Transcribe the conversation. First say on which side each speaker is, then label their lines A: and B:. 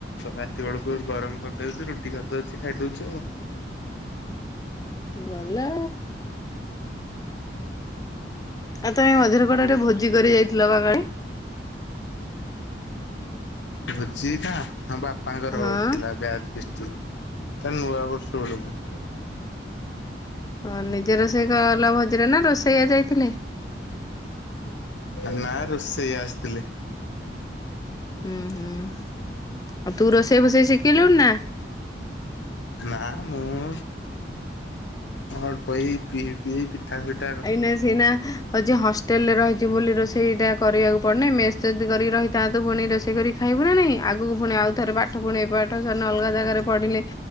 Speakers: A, on the left; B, on the left.
A: ରାତି ବେଳକୁ ଗରମ କରିଦଉଛି। ରୁଟି କରିଦଉଛି ଖାଇଦଉଛି ଆଉ।
B: ଭଲ। ଆଉ ତମେ ମଝରଗଡ଼ଟରେ ଭୋଜି କରି ଯାଇଥିଲ ବାକାଳେ?
A: ଭୋଜି ତ ବାପାଙ୍କର
B: ହଁ
A: ଥିଲା ବ୍ୟାଜ ପିଷ୍ଟି। ତା ନୂଆ ବର୍ଷ ବେଳକୁ।
B: ହଁ ନିଜେ ରୋଷେଇ କଲ ଭଜିରେ ନା ରୋଷେଇଆ ଯାଇଥିଲେ?
A: ନା ରୋଷେଇଇ ଆସିଥିଲେ।
B: ହୁଁ, ହୁଁ। ଆଉ ତୁ ରୋଷେଇ, ଭଷେଇ ଶିଖେଇିଲୁଣି ନା?
A: ନା ମୁଁ ଅଳ୍ପ ଏଇ ପି ପିଇ ପିଠା ଫିଠା।
B: ନ ସେନା। ହଉ ଯିଏ ହଷ୍ଟେଲରେେ ରହିଛି ବୋଲି ରୋଷେଇଟା କରିବାକୁ ପଡ଼ିନାହିଁ। ମେସ୍ ଯଦି କରିକି ରହିଥାନ୍ତ ପୁଣି ରୋଷେଇ କରି ଖାଇବୁ ନାହିଁ। ଆଗକୁ ପୁଣି ଆଉ ଥରେ ପାଠ ପୁଣି ଏ ପାଠ ସେ ଅଲଗା ଜାଗାରେ ପଢ଼ିଲେ